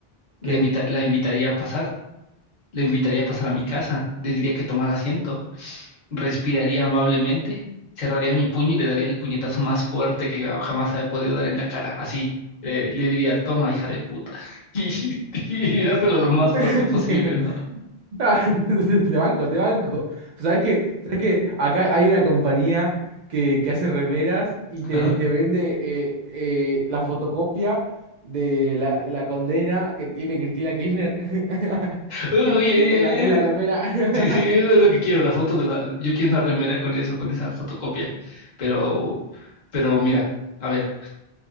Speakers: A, on the left; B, on the right.
A: La
B: ¿Qué?
A: invita- la invitaría a pasar, le invitaría a pasar a mi casa, le diría que tomara asiento respiraría amablemente, cerraría mi puño y le daría el puñetazo más fuerte que ja-, jamás he podido dar en la cara. Así, le, le diría, toma, hija de puta. <laughs> Y, y dártelo lo más
B: <laughs>
A: fuerte posible, ¿no?
B: Ah, <laughs> Te banco, te banco. ¿Sabes que ¿Sabes qué? Acá hay una compañía que, que hace remeras y te,
A: Ajá.
B: y te vende eh, eh, la fotocopia de la, la condena que tiene Cristina Kirchner <laughs>
A: Oye,
B: en la, en la
A: eh,
B: remera.
A: eh, sí, sí, es
B: <laughs>
A: lo que quiero, la foto de la... Yo quiero una remera con eso, con esa fotocopia. Pero, pero mira, a ver,